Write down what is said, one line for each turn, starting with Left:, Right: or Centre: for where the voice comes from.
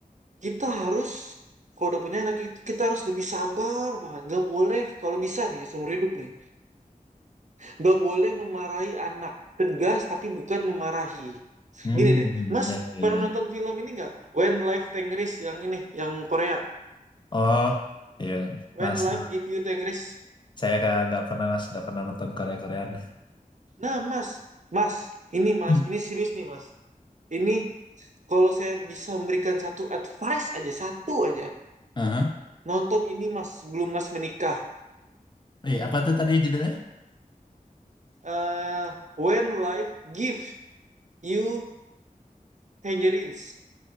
Right: kita harus kalau udah punya anak kita harus lebih sabar banget. Nggak boleh kalau bisa nih ya, seumur hidup nih, nggak boleh memarahi anak. Tegas tapi bukan memarahi.
Left: Hmm,
Right: Gini deh, Mas
Left: ya ya
Right: pernah
Left: ya. ya.
Right: nonton film ini nggak? When Life Tengris yang ini, yang Korea.
Left: Oh iya,
Right: When
Left: mas,
Right: Life Give You Tengris.
Left: saya nggak nggak pernah mas nggak pernah nonton Korea Koreaan.
Right: Nah, Mas, Mas, ini Mas,
Left: <clears throat>
Right: ini serius nih Mas. Ini kalau saya bisa memberikan satu advice aja, satu aja.
Left: Aha.
Right: Nonton ini Mas, sebelum Mas menikah.
Left: Eh, apa tuh tadi judulnya?
Right: eh When Life Gives You Tangerines.